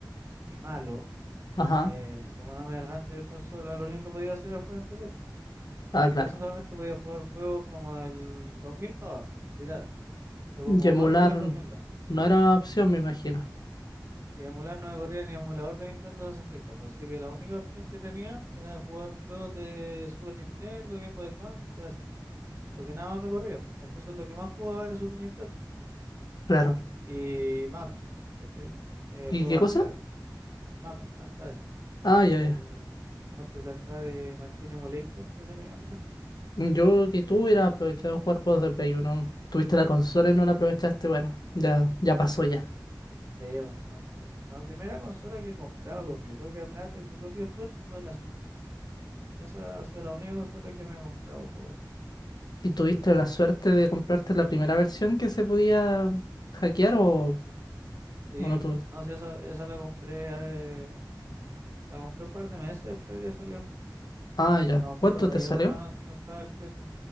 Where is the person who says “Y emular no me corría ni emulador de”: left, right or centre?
Right